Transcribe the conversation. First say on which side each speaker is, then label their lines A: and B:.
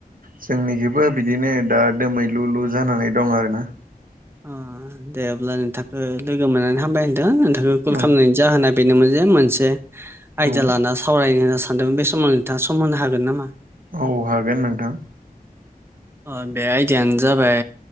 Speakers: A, on the right (about 65°); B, on the right (about 15°).
A: जोंनिथिंबो बिदिनो दा दोमैलुलु जानानै दं आरोना।
B: अ दे अब्ला नोंथांखौ लोगो मोननानै हामबाय होनदों नोंथांखौ कल
A: औ
B: खालामनायनि जाहोना बेनोमोन जे मोनसे आयदा
A: औ
B: लाना सावरायनो सान्दोंमोन बे समाव नोंथांआ सम होनो हागोन नामा?
A: औ हागोन नोंथां।
B: अ बे आयडायानो जाबाय